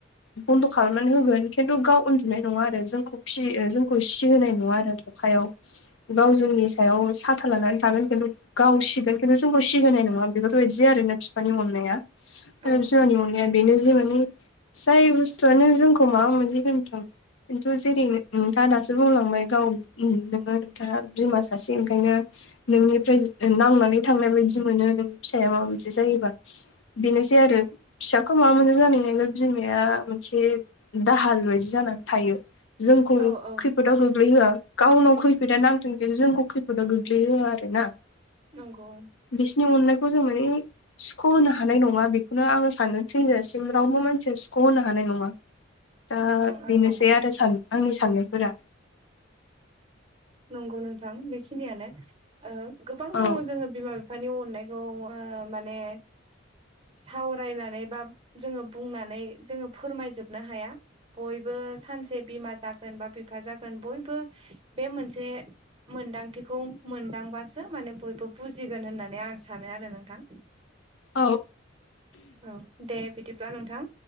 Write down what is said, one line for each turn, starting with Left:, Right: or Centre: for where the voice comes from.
Left: बन्द' खालामनानै होगोन खिन्थु गाव उन गुनाय नङा आरो जोंखौ फियो जोंखौ सि होनाय नङा आरो अखायाव। गाव जोंनि सायाव साथा लानानै थागोन खिन्थु गावसिगोन खिन्थु जोंखौ सिहोनाय नङा बेफोरबायदि आरोना बिफानि अननाया। आरो
Right: औ
Left: बिमानि अनाया बेनो जे माने जाय बुस्थुआनो जोंखौ माबा होनथों खिन्थु जेरै नोंथाङा दासो बुंलांबाय गाव नोङो नोंथाङा बिमा सासे ओंखायनो नोंनिफ्राय नांनानै थांनाय बायदि मोनो नों फिसाया माबा मोनसे जायोबा। बेनोसै आरो फिसाखौ माबा मोनसे जानाय नांगोन बिमाया मोनसे दाहाल बायदि जानानै थायो जोंखौ खैफोद
Right: औ औ
Left: खैदाव गोग्लैहोआ गावनाव खैफोदा नांथों खिन्थु जोंखौ खैफोदाव गोग्लैहोआ आरो ना।
Right: नोंगौ।
Left: बिसिनि अननायखौ जों माने सुख' होनो हानाय नङा बेखौनो आङो सानो थैजासिम रावबो मानसिया सुख'होनो हानाय नङा। दा
Right: ओं ओं
Left: बेनोसै
Right: नंगौ
Left: आरो सान आंनि साननायफोरा।
Right: नंगौ नोंथां बेखिनियानो ओ गोबां
Left: औ
Right: दङ जोङो बिमा बिफ फिफानि अनायखौ ओ माने सावरायनानै बा जोङो बुंनानै जोङो फोरमायजोबनो हाया बय बो सानसे बिमा जागोन बा बिफा जागोन बयबो बे मोनसे मोनदांथिखौ मोनदांबासो माने बयबो बुजिगोन होननानै आं सानो आरो नोंथां।
Left: औ।
Right: औ दे बिदिब्ला नोंथां